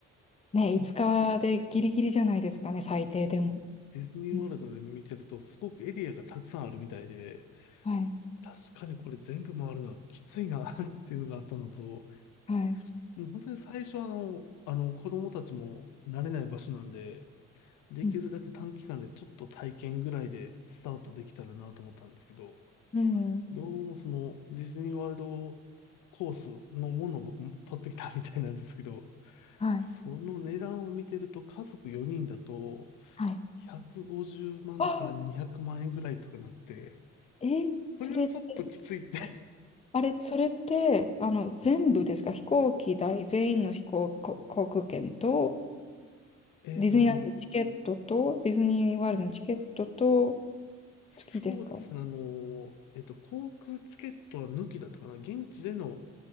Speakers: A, on the left; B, on the left.
A: ね、
B: そうですよ。
A: 5日でギリギリじゃないですかね、最低でも。
B: なんか、ディズニーワールドで見てると、
A: うん、
B: すごくエリアがたくさんあるみたいで、
A: はい、
B: 確かにこれ全部回るのはきついな <laughs> っていうのがあったのと、
A: はい、
B: もう本当に最初はあの、あの、子供たちも慣れない場所なんで、できるだけ短期間でちょっと体験ぐらいでスタートできたらなと思ったんですけど、
A: うん、うん
B: どうもそのディズニーワールドコースのものを僕も取ってきたみたいなんですけど、
A: はい、
B: その値段を見てると家族4人だと
A: はい。
B: 150万から200万円ぐらいとかなって、
A: あえ、それって、
B: これはちょっときついって
A: えあれ、それって、あの、全部ですか飛行機代、全員の飛行、こ航空券と、
B: <laughs> えっと、
A: ディズニーランドのチケットと、ディズニーワールドのチケットと、
B: そうですね、
A: 付きですか
B: あの、えっと、航空チケットは抜きだったかな、現地での